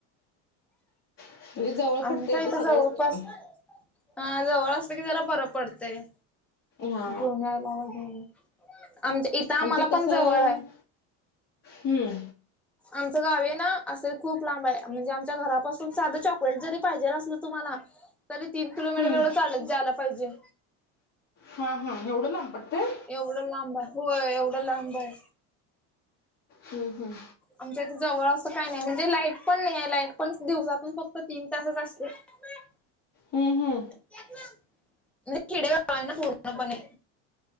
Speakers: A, on the left; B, in the centre.
A: म्हणजे जवळ
B: आणिम
A: पडतं
B: का
A: इथं
B: इथ
A: सगळंच
B: जवळपास हा, जवळ असतं की जरा बरं पडतं,
A: हा
B: गोणला वगैरे. आमच्या इथं आम्हाला
A: आणि ते कसं
B: पण जवळ आहे.
A: हम्म.
B: आमचं गाव आहे ना असे खूप लांब आहे. म्हणजे आमच्या घरापासून साधं चॉकलेट जरी पाहिजे असलं तुम्हांला तरी तीन किलोमीटर
A: हम्म
B: एवढं चालत जायला पाहिजे.
A: हां, हां एवढं लांब पडतंय.
B: एवढं लांब आहे. व्हय एवढं लांब आहे.
A: हम, हम.
B: आमच्याथ इथ जवळ असं काही नाही म्हणजे लाईट पण नाही आहे लाईट पण दिवसांतन फक्त तीन तासच असते. <unintelligible>
A: हम्म, हम्म.
B: <unintelligible> म्हजे खेडेगाव हायना पूर्णपणे.